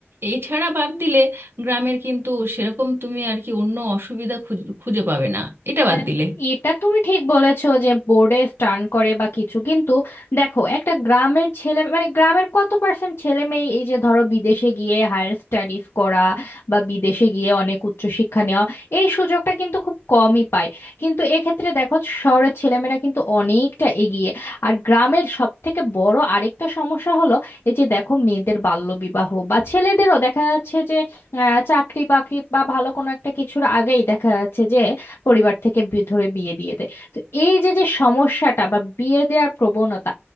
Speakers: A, on the right (about 60°); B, on the left (about 80°).
A: এছাড়া বাদ দিলে গ্রামের কিন্তু সেরকম তুমি আর কি অন্য অসুবিধা খুঁজ- খুঁজে পাবে না এটা বাদ
B: না,
A: দিলে
B: এটা তুমি ঠিক বলেছো যে বোর্ডে স্টান করে বা কিছু কিন্তু দেখো একটা গ্রামের ছেলে মানে গ্রামের কত পার্সেন্ট ছেলে মেয়ে এই যে ধরো বিদেশে গিয়ে হায়ার স্টাডিজ করা বা বিদেশে গিয়ে অনেক উচ্চশিক্ষা নেওয়া এই সুযোগটা কিন্তু খুব কমই পায় কিন্তু এক্ষেত্রে দেখো শহরের ছেলেমেয়েরা কিন্তু অনেকটা এগিয়ে আর গ্রামের সব থেকে বড় আরেকটা সমস্যা হলো এই যে দেখো মেয়েদের বাল্যবিবাহ বা ছেলেদেরও দেখা যাচ্ছে যে আহ, চাকরি বাকরি বা ভালো কোনো একটা কিছুর আগেই দেখা যাচ্ছে যে পরিবার থেকে বি- ধরে বিয়ে দিয়ে দেয় তো এই যে যে সমস্যাটা বা বিয়ে দেওয়ার প্রবণতা